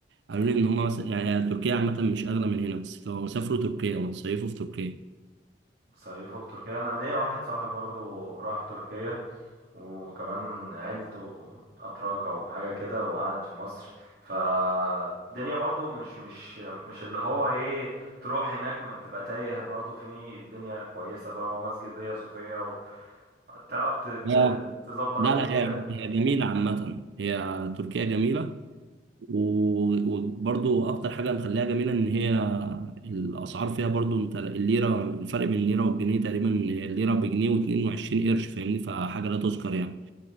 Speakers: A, on the right; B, on the right.
A: قالوا لي ان هم مثلا يعني تركيا عامة مش أغلى من هنا بس لو سافروا تركيا وصيفوا في تركيا
B: صيفه في تركيا انا ليا واحد صاحبي برضو راح تركيا وكمان عيلته اتراك او حاجه كده وقعد في مصر فالدنيا برضو مش مش مش اللي هو ايه تروح هناك ما تبقى تايه برضو في الدنيا كويسه بقى ومسجد دنيا صوفيا وتعرف ت- ت-
A: اه
B: تظبط
A: لا
B: دنيتك
A: لا هي هي جميلة عامة هي تركيا جميلة و- وبرضو أكتر حاجة مخليها جميلة إن هي الأسعار فيها برضو أنت الليرة الفرق بين الليرة والجنيه تقريبا الليرة بجنيه واتنين وعشرين قرش فاهمني فحاجة لا تذكر يعني